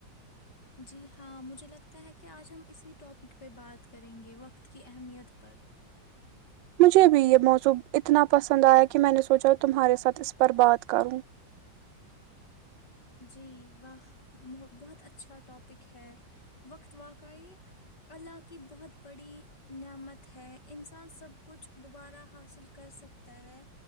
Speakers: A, on the left; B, on the right.
A: جی ہاں مجھے لگتا ہے کہ آج ہم اسی ٹاپک پہ بات کریں گے وقت کی اہمیت پر
B: مجھے بھی یہ موضوع اتنا پسند آیا کہ میں نے سوچا تمہارے ساتھ اس پر بات کروں
A: جی واہ بہت اچھا ٹاپک ہے وقت واقعی اللہ کی بہت بڑی نعمت ہے انسان سب کچھ دوبارہ حاصل کر سکتا ہے